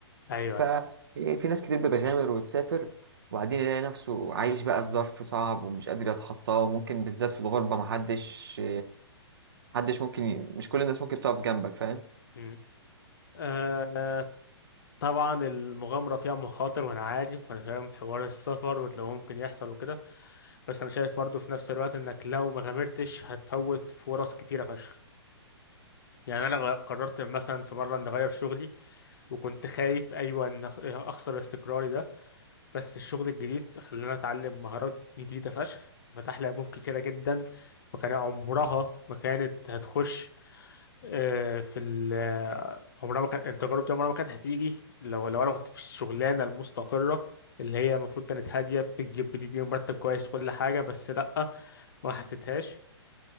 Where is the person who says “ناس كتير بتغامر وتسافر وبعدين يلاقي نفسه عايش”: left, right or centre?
Right